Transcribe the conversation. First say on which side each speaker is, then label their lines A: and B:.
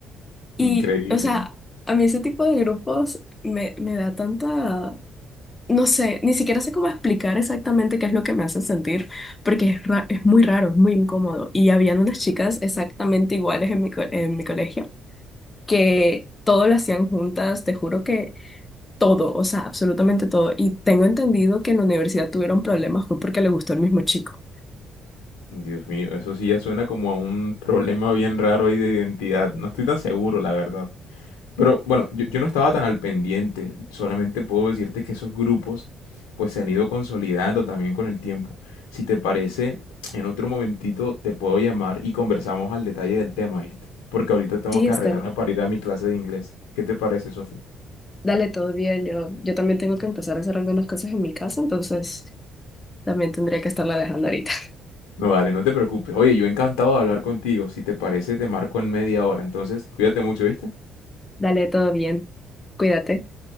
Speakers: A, on the left (about 25°); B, on the left (about 85°).
A: Y,
B: Increíble.
A: o sea, a mí ese tipo de grupos me, me da tanta No sé, ni siquiera sé cómo explicar exactamente qué es lo que me hace sentir, porque es, ra- es muy raro, es muy incómodo. Y habían unas chicas exactamente iguales en mi, co- en mi colegio, que todo lo hacían juntas, te juro que todo, o sea, absolutamente todo. Y tengo entendido que en la universidad tuvieron problemas, fue porque le gustó el mismo chico.
B: Dios mío, eso sí ya suena como a un problema bien raro ahí de identidad. No estoy tan seguro, la verdad. Pero bueno, yo, yo no estaba tan al pendiente. Solamente puedo decirte que esos grupos pues se han ido consolidando también con el tiempo. Si te parece, en otro momentito te puedo llamar y conversamos al detalle del tema, ¿viste? Porque ahorita tengo
A: Sí,
B: que
A: Esther,
B: arreglarme para ir a mi clase de inglés. ¿Qué te parece, Sofi?
A: dale todo bien. Yo, yo también tengo que empezar a hacer algunas cosas en mi casa, entonces también tendría que estarla dejando ahorita.
B: No, dale, no te preocupes. Oye, yo encantado de hablar contigo. Si te parece, te marco en media hora. Entonces, cuídate mucho, ¿viste?
A: <laughs> Dale todo bien, cuídate.